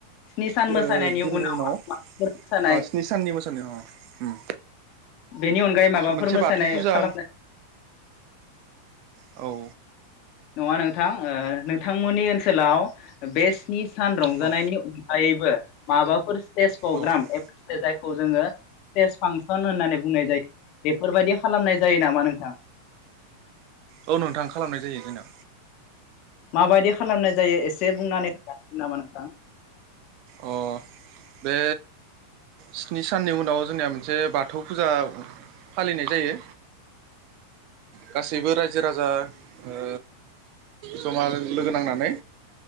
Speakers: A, on the left (about 40°); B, on the right (about 45°).
A: स्नि सान मोसानायनि
B: ओ दिननि उनाव
A: मोसानाय
B: ओ स्नि साननि मोसानायाव अ उम
A: बेनि अनगायै माबाफोर
B: मोनसे
A: मोसानाय
B: बाथौ फुजा
A: खालामनाय
B: औ
A: नङा नोंथां ओ नोंथांमोननि ओनस ओनसोलाव बे स्नि सान रंजानायनि
B: औ
A: अनगायैबो माबाफोर स्टेज प्रग्राम
B: औ
A: एबा जायखौ जोङो स्टेज फांसन होननानै बुंनाय जायो बेफोरबायदि खालामनाय जायो नामा नोंथां?
B: औ नोंथां खालामनाय जायो जोंनिया
A: माबायदि खालामनाय जायो एसे बुंनानै <unintelligible> नामा नोंथां?
B: अ बे स्नि साननि उनाव जोंनिया मोनसे बाथौ फुजा फालिनाय जायो। गासैबो रायजो राजा ओ जमा लोगो नांनानै